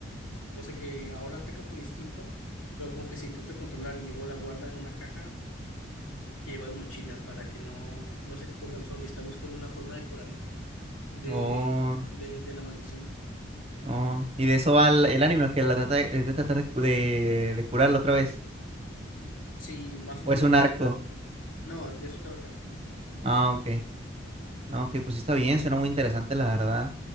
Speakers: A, on the left; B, on the right.
A: o sea, que ahora ataca por instinto, pero como que se intenta controlar y luego la guarda en una caja que lleva de mochila para que no, no se exponga al sol y está buscando una forma de curarla de,
B: No,
A: de, de la maldición.
B: no. ¿Y de eso va el, el anime? que la trata de, es de tratar de, cu- de, de curarla otra vez?
A: Sí, más o
B: ¿O
A: menos,
B: es un arco?
A: no, de eso trata.
B: Ah, ok. Ah, ok, pues sí está bien, suena muy interesante, la verdad.